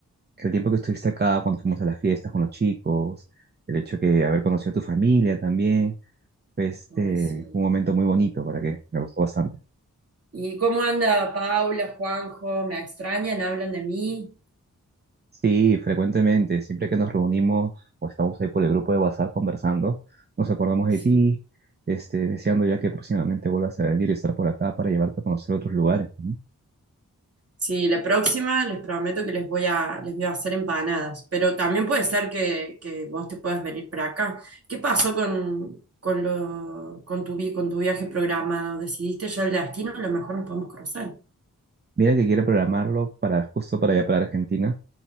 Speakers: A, on the right; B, on the right.
A: el tiempo que estuviste acá, cuando fuimos a las fiestas con los chicos, el hecho de haber conocido a tu familia también, fue este,
B: Ay, sí.
A: un momento muy bonito, ¿para que Me gustó bastante.
B: ¿Y cómo anda Paula, Juanjo? ¿Me extrañan? ¿Hablan de mí?
A: Sí, frecuentemente, siempre que nos reunimos o estamos ahí por el grupo de WhatsApp conversando, nos acordamos de
B: Sí.
A: ti, este, deseando ya que próximamente vuelvas a venir y estar por acá para llevarte a conocer otros lugares. ¿no?
B: Sí, la próxima les prometo que les voy a, les voy a hacer empanadas, pero también puede ser que, que vos te puedas venir para acá. ¿Qué pasó con, con, lo, con, tu, vi- con tu viaje programado? ¿Decidiste ya el destino? A lo mejor nos podemos cruzar.
A: Mira que quiero programarlo para justo para allá, para Argentina,